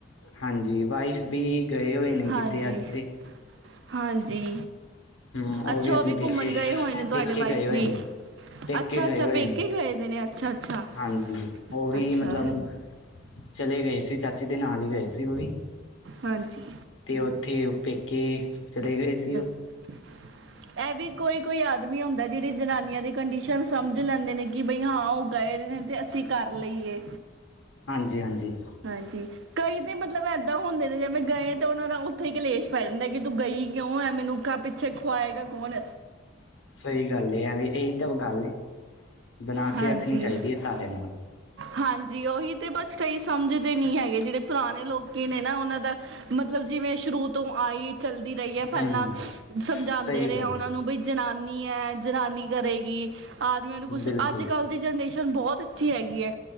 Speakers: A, on the left; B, on the right.
A: ਹਾਂਜੀ ਵਾਈਫ ਵੀ ਗਏ ਹੋਏ ਨੇ
B: ਹਾਂਜੀ
A: ਕਿਤੇ ਅੱਜ ਤੇ।
B: ਹਾਂਜੀ।
A: ਹੂੰ ਉਹ
B: ਅੱਛਾ
A: ਆਪਣੇ
B: ਓ ਵੀ
A: ਪੇਕੇ
B: ਘੁੰਮਣ ਗਏ ਹੋਏ ਨੇ ਤੁਹਾਡੇ
A: ਪੇਕੇ
B: ਵਾਈਫ
A: ਗਏ ਹੋਏ
B: ਵੀ।
A: ਨੇ ਪੇਕੇ
B: ਅੱਛਾ-ਅੱਛਾ,
A: ਗਏ ਹੋਏ
B: ਪੇਕੇ
A: ਨੇ
B: ਗਏ ਦੇ ਨੇ ਅੱਛਾ-ਅੱਛਾ-ਅੱਛਾ।
A: ਹਾਂਜੀ ਉਹ ਵੀ ਮਤਲਬ ਚਲੇ ਗਏ ਸੀ ਚਾਚੀ ਦੇ ਨਾਲ ਈ ਗਏ ਸੀ ਓ ਵੀ।
B: ਹਾਂਜੀ।
A: ਤੇ ਓਥੇ ਓ ਪੇਕੇ ਚਲੇ ਗਏ ਸੀ ਓ।
B: <unintelligible> ਏ ਵੀ ਕੋਈ ਕੋਈ ਆਦਮੀ ਹੁੰਦਾ ਜੇੜੀ ਜਨਾਨੀਆਂ ਦੀ ਕੰਡੀਸ਼ਨ ਸਮਝ ਲੈਂਦੇ ਨੇ ਕਿ ਬਈ ਹਾਂ ਓ <unintelligible> ਨੇ ਤੇ ਅਸੀਂ ਕਰ ਲਈਏ।
A: ਹਾਂਜੀ-ਹਾਂਜੀ,
B: ਹਾਂਜੀ। ਕਈ ਤੇ ਮਤਲਬ ਇੱਦਾਂ ਹੁੰਦੇ ਨੇ ਜਿਵੇਂ ਗਏ ਤਾਂ ਓਨਾਂ ਦਾ ਉੱਥੇ ਈ ਕਲੇਸ਼ ਪੈ ਜਾਂਦਾ ਕੀ ਤੂੰ ਗਈ ਕਿਉਂ ਐ ਮੈਨੂੰ ਕ ਪਿੱਛੇ ਖੁਆਏਗਾ ਕੌਣ,
A: ਸਈ ਗੱਲ ਐ ਵੀ ਏਈ ਤਾਂ ਗੱਲ ਏ ਬਣਾ
B: ਹਾਂਜੀ
A: ਕੇ ਰੱਖਣੀ ਚਾਈਦੀ ਐ ਸਾਰਿਆਂ ਨੂੰ।
B: ਹਾਂਜੀ ਓਹੀ ਤੇ ਬਸ ਕਈ ਸਮਝਦੇ ਨੀ ਹੈਗੇ ਜੇੜੇ ਪੁਰਾਣੇ ਲੋਕੀ ਨੇ ਨਾ ਓਨਾਂ ਦਾ ਮਤਲਬ ਜਿਵੇਂ ਸ਼ੁਰੂ ਤੋਂ ਆਈ ਚੱਲਦੀ ਰਈ। ਪਹਿਲਾਂ
A: ਹੂੰ
B: ਸਮਝਾਦੇ
A: ਸਹੀ
B: ਰਏ
A: ਗੱਲ
B: ਆ ਓਨਾਂ ਨੂੰ ਬਈ ਜਨਾਨੀ ਐ ਜਨਾਨੀ ਕਰੇਗੀ। ਆਦਮੀਆਂ
A: ਹੈ
B: ਨੂੰ ਕੁੱਛ
A: ਬਿਲਕੁਲ
B: ਅੱਜ-ਕੱਲ੍ਹ ਦੀ ਜਨਰੇਸ਼ਨ ਬੋਤ ਅੱਛੀ ਹੈਗੀ ਐ